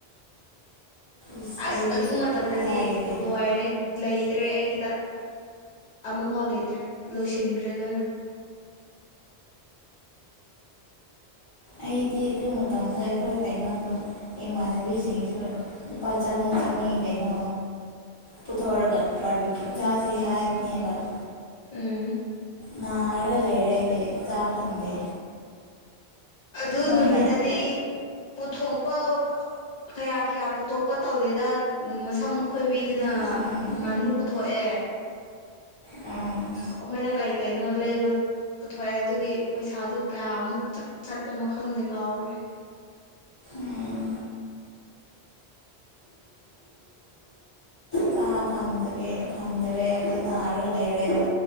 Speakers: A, on the left; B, on the left.
A: ꯏꯁ
B: ꯑꯁ
A: ꯑꯩꯗꯤ
B: ꯑꯗꯨ ꯃꯇꯝꯗꯗꯤ
A: ꯀꯥꯏꯗꯒꯤ
B: ꯂꯣꯏꯔꯦ ꯂꯩꯇ꯭ꯔꯦ ꯑꯩꯒꯤꯗ ꯑꯃꯐꯥꯎ ꯂꯩꯇ꯭ꯔꯦ ꯂꯣꯏꯁꯤꯟꯈ꯭ꯔꯦ ꯂꯣꯏꯅ
A: ꯑꯩꯗꯤ ꯑꯗꯨ ꯃꯇꯝꯗ ꯑꯩꯈꯣꯏ ꯀꯩꯅꯣꯗꯣ ꯏꯃꯥꯟꯅꯕꯤꯁꯤꯡꯁꯨ ꯂꯨꯄꯥ ꯆꯅꯤ ꯆꯅꯤ ꯀꯩꯅꯣ ꯄꯨꯊꯣꯛꯔꯒ ꯕꯥꯔꯕꯤ
B: ꯎꯝ
A: ꯆꯥꯁꯦ ꯍꯥꯏꯕꯅꯦꯕꯊ
B: ꯎꯝ
A: ꯅꯥꯔꯒ ꯂꯩꯔꯦ ꯑꯩꯗꯤ ꯆꯥ ꯐꯪꯗꯦ
B: ꯑꯗꯨ
A: ꯃꯣꯏꯅ
B: ꯅꯨꯃꯤꯠꯇꯗꯤ ꯄꯨꯊꯣꯛꯄ ꯀꯌꯥ ꯀꯌꯥ ꯄꯨꯊꯣꯛꯄ ꯇꯧꯗꯦꯗ ꯃꯁꯝ ꯈꯣꯏꯕꯤꯗꯨꯅ
A: ꯎꯝ
B: ꯉꯥꯅꯨ ꯄꯨꯊꯣꯛꯑꯦ
A: ꯎꯝ
B: ꯑꯩꯈꯣꯏꯅ ꯀꯩ ꯀꯩꯅꯣ ꯂꯩꯕ ꯄꯨꯊꯣꯛꯑꯦ ꯑꯗꯨꯒꯤ ꯄꯩꯁꯥꯗꯨ ꯀꯌꯥꯃꯨꯛ ꯆꯠꯄꯅꯣ ꯈꯪꯗꯦ ꯀꯥꯎꯈ꯭ꯔꯦ
A: ꯎꯝ ꯆꯥꯕ ꯐꯪꯗꯒꯦ ꯐꯪꯗ꯭ꯔꯦ ꯑꯗꯣ ꯅꯥꯔꯒ ꯂꯩꯔꯦ ꯑꯗꯣ